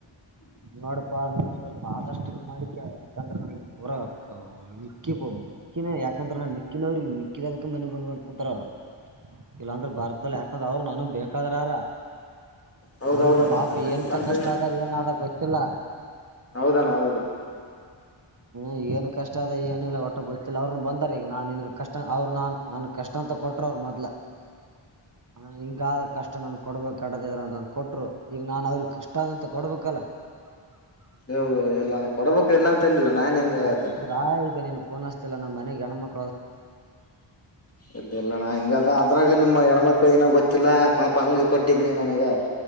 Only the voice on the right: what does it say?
ಮಾಡ್ಪಾ ನೋಡ್ ಸ್ವಲ್ಪ ಆದಷ್ಟು ಇದ ಮಾಡಿಕ್ಯ ಯಾಕಂದ್ರ ನಂಗ <unintelligible> ಮಿಕ್ಕಿ ಬೋ ಮಿಕ್ಕಿನ ಯಾಕಂದ್ರ ಮಿಕ್ಕಿನವ್ರಿಗೆ ಮಿಕ್ಕಿದಕ್ ಮನಿಗ್ ಬಂದ ಕುಂತಾರ್ ಅವ್ರು. ಇಲ್ಲಾಂದ್ರ ಬರ್ದಲ್ಲ ಯಾಕಂದ್ರ ಅವ್ರ ನನಗ್ ಬೇಕಾದ್ರಾರ
ಅವ್ರನ್ ಪಾಪ ಏನ್
ಇಂತ ಕಷ್ಟ ಆದ ಏನಾದ ಗೊತ್ತಿಲ್ಲ.
ಹ್ಮ್ ಏನ್ ಕಷ್ಟ ಅದ ಏನ್ ಒಟ್ಟ ಗೊತ್ತಿಲ್ಲ ಅವ್ರನು ಬಂದಾರ ಈಗ ನಾನ್ ನಿನ್ಗ ಕಷ್ಟ ಅವ್ರು ನಾನ್ ನನ್ ಕಷ್ಟ ಅಂತ ಕೊಟ್ರ ಅವ್ರ ಮೊದ್ಲ <inaudible> ಅಣ್ಣಾ ಹಿಂಗಾದ ಕಷ್ಟ ನನ್ ಕೊಡ್ಬೇಕ ಕೆಡದಿದ ಇದ್ರ ಅಂತ ಕೊಟ್ರು ಈಗ ನಾನ್ ಅವ್ರಿಗ ಕಷ್ಟ ಆದಂತ ಕೊಡ್ಬೇಕಲ್ಲ. <unintelligible>
ಯಾಕಿದ್ರ
ಈಗ ನೀನ್ ಫೋನ್ ಹಸ್ತಿಲ್ಲ ನಮ್ಮ ಮನೆಗ್ ಹೆಣ ಮಕ್